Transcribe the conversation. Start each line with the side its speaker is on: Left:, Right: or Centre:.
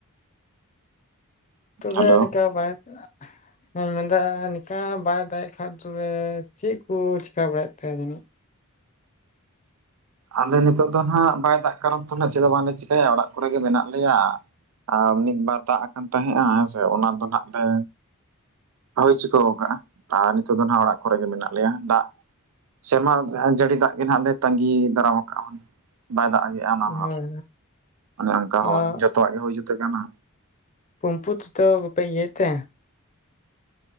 Left: ᱛᱚᱵᱮ
Right: ᱦᱮᱞᱳ
Left: ᱱᱚᱝᱠᱟ ᱵᱟᱭ ᱫᱟᱜ--᱾ ᱤᱧ ᱢᱮᱱᱫᱟ ᱱᱤᱝᱠᱟ ᱵᱟᱭ ᱫᱟᱲᱮᱜ ᱠᱷᱟᱡ ᱛᱚᱵᱮ ᱪᱮᱫ ᱠᱚ ᱪᱮᱠᱟ ᱵᱟᱲᱟᱭᱮᱫ ᱛᱟᱭᱟ ᱡᱟᱹᱱᱤᱡ ᱾
Right: ᱟᱞᱮ ᱱᱤᱛᱚᱜ ᱫᱚ ᱦᱟᱜ ᱵᱟᱭ ᱫᱟᱜ ᱠᱟᱨᱚᱱ ᱛᱮ ᱪᱮᱫ ᱫᱚ ᱵᱟᱝᱞᱮ ᱪᱤᱠᱟᱹᱭᱟ, ᱚᱲᱟᱜ ᱠᱚᱨᱮ ᱜᱮ ᱢᱮᱱᱟᱜ ᱞᱮᱭᱟ᱾ ᱟᱨ ᱢᱤᱫ ᱵᱟᱨ ᱫᱟᱜ ᱟᱠᱟᱱ ᱛᱟᱦᱮᱸᱫᱱᱟ ᱦᱮᱸ ᱥᱮ ᱚᱱᱟ ᱫᱚ ᱱᱟᱜ ᱞᱮ᱾ ᱦᱩᱭ ᱪᱤᱠᱟᱹᱣ ᱟᱠᱟᱟᱜᱼᱟ, ᱟᱨ ᱱᱤᱛᱚᱜ ᱫᱚ ᱦᱟᱜ ᱚᱲᱟᱜ ᱠᱚᱨᱮ ᱜᱮ ᱢᱮᱱᱟᱜ ᱞᱮᱭᱟ ᱫᱟᱜ᱾ ᱥᱮᱨᱢᱟ ᱡᱟᱹᱲᱤ ᱫᱟᱜ ᱜᱮ ᱱᱟᱦᱟᱜ ᱞᱮ ᱛᱟᱸᱜᱤ᱾ ᱫᱟᱨᱟᱢ ᱠᱟᱜ ᱵᱟᱭ ᱫᱟᱜᱼᱟ ᱚᱱᱟ ᱦᱚᱨ
Left: ᱦᱳᱭ
Right: ᱚᱱᱠᱟ ᱦᱚᱸᱚᱛ᱾
Left: ᱟᱨ
Right: ᱡᱚᱛᱚᱣᱟᱜ ᱜᱮ ᱦᱩᱭ ᱡᱩᱛ ᱠᱟᱱᱟ᱾
Left: ᱯᱩᱢᱯᱩ ᱛᱚ ᱵᱟᱯᱮ ᱤᱭᱟᱹ ᱛᱮ᱾